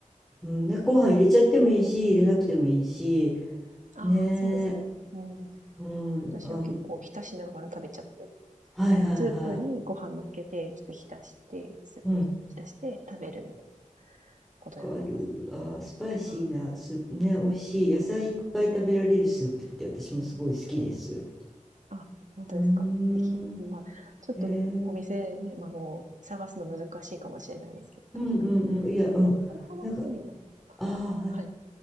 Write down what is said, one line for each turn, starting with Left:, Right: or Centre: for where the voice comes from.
Centre: うん、なご飯入れちゃってもいいし、
Right: そ
Centre: 入れなくてもいいし、
Right: う。
Centre: ねえ、
Right: ああ、そうですね。うん。
Centre: うん、
Right: 私は結構浸しながら食べちゃったりとか
Centre: あ、はいはいは
Right: スープにご飯乗っけて、ちょっと浸して、スープに浸して食べるみたいな
Centre: い、うん、
Right: ことをやってます。
Centre: わかる。あー、スパイシーなスープね、
Right: はい。
Centre: 美味しい。野菜いっぱい食べられるスープって私もすごい好きです。
Right: あ、本当ですか。
Centre: うーん、
Right: ぜひ、まあ、ちょっとお店ね、
Centre: へえ、
Right: あの、探すの難しいかもしれないですけど、
Centre: うんうんうん、
Right: 確か
Centre: いや、うん、
Right: 横浜の方にもあったような、
Centre: なんか、ああ、は
Right: はい、